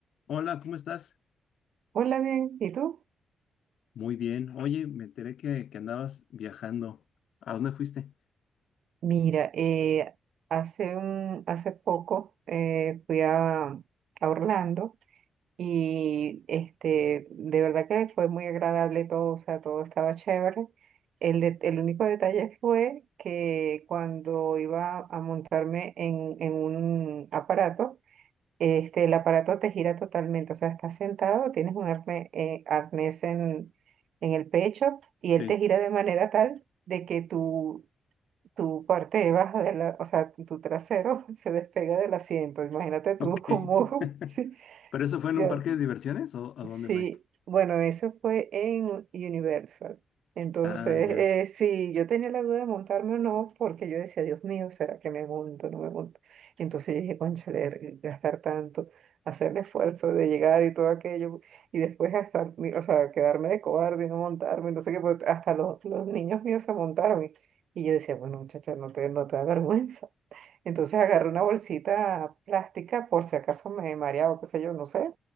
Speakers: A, on the left (about 65°); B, on the right (about 70°).
A: Hola, ¿cómo estás?
B: Hola, bien, ¿y tú?
A: Muy bien. Oye, me enteré que, que andabas viajando. ¿A dónde fuiste?
B: Mira, eh, hace un, hace poco eh, fui a, a Orlando y este, de verdad que fue muy agradable todo, o sea, todo estaba chévere. El, de- el único detalle fue que cuando iba a montarme en, en un aparato, este, el aparato te gira totalmente, o sea, estás sentado, tienes un arne- eh, arnés en, en el pecho y él
A: Sí,
B: te gira de manera tal de que tú tu parte de baja de la, o sea, tu trasero <laughs> se despega del asiento. Imagínate tú
A: ok.
B: como,
A: <laughs>
B: <laughs> sí,
A: ¿Pero eso fue
B: yo
A: en un parque de diversiones o a dónde
B: Sí,
A: fue?
B: bueno, eso fue en Universal. Entonces,
A: Ah, ya,
B: eh, sí, yo tenía la duda de montarme o no, porque yo decía, Dios mío, ¿será que me monto o no me monto? Entonces yo dije, cónchale, eh, gastar tanto, hacer el esfuerzo de llegar y todo aquello, y después hasta, mi- o sea, quedarme de cobarde y no montarme, no sé qué, pues, hasta los, los niños míos se montaron. Y, y yo decía, bueno, muchacha, no te, no te da vergüenza. Entonces agarré una bolsita plástica por si acaso me mareaba, qué sé yo, no sé.